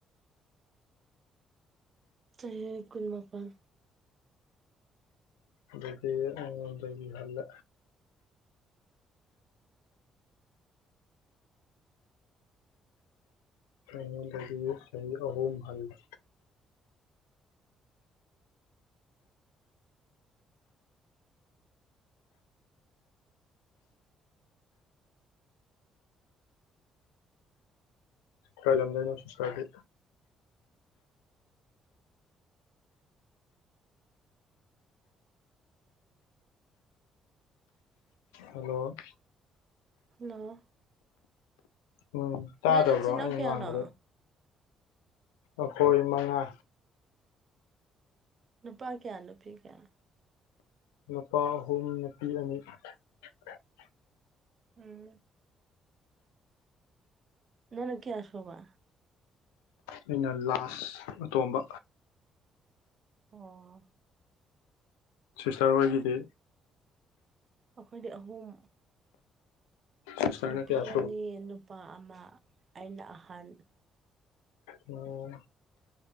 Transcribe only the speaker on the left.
ꯑꯗꯩꯗꯤ ꯑꯗꯒꯤ ꯍꯜꯂꯦ ꯑꯩꯉꯣꯟꯗꯒꯤ ꯆꯍꯤ ꯑꯍꯣꯝ ꯍꯜꯂꯦ ꯀ ꯂꯝꯗꯩꯅꯣ ꯁꯤꯁꯇꯔꯗꯤ ꯍꯜꯂꯣ
ꯎꯝ ꯇꯥꯗꯕ꯭ꯔꯣ
ꯑꯩꯅ
ꯉꯥꯡꯕꯔꯣ ꯑꯈꯣꯏ ꯃꯉꯥ
ꯅꯨꯄꯥ ꯑꯍꯨꯝ ꯅꯨꯄꯤ ꯑꯅꯤ <unintelligible>
ꯑꯩꯅ ꯂꯥꯁ ꯑꯇꯣꯝꯕ
ꯁꯤꯁꯇꯔ ꯍꯣꯏꯒꯤꯗꯤ
ꯁꯤꯁꯇꯔꯅ
ꯀꯌꯥ ꯁꯨꯕ
ꯑꯣ